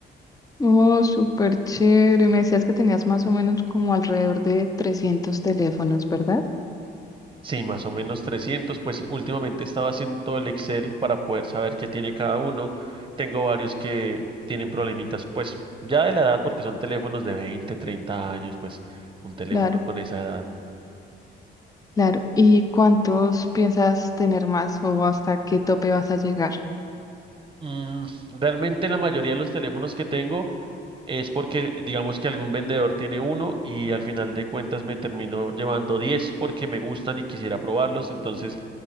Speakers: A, on the left; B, on the right.
A: Oh, súper chévere. Me decías que tenías más o menos como alrededor de 300 teléfonos, ¿verdad?
B: Sí, más o menos 300, pues últimamente estaba haciendo todo el Excel para poder saber qué tiene cada uno. Tengo varios que tienen problemitas, pues ya de la edad, porque son teléfonos de 20, 30 años, pues un teléfono
A: Claro,
B: con esa edad.
A: claro. ¿Y cuántos piensas tener más o hasta qué tope vas a llegar?
B: Mm, realmente la mayoría de los teléfonos que tengo es porque digamos que algún vendedor tiene uno y al final de cuentas me termino llevando 10 porque me gustan y quisiera probarlos, entonces